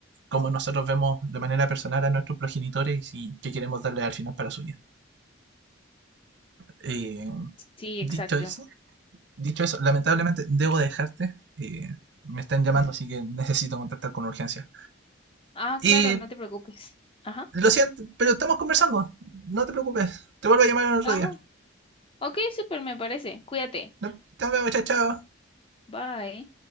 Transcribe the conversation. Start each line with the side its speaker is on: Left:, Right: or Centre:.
Right: cómo nosotros vemos de manera personal a nuestros progenitores y qué queremos darle al final para su vida. Eh,
Left: Sí,
Right: dicho
Left: exacto.
Right: eso, dicho eso, lamentablemente debo dejarte. eh, me están llamando, así que necesito contactar con urgencia.
Left: Ah,
Right: Y
Left: claro, no te preocupes. Ajá.
Right: lo siento, pero estamos conversando. No te preocupes. Te vuelvo a llamar en otro
Left: Ah,
Right: día.
Left: ok, súper, me parece. Cuídate.
Right: No, te veo, chao, chao.
Left: Bye.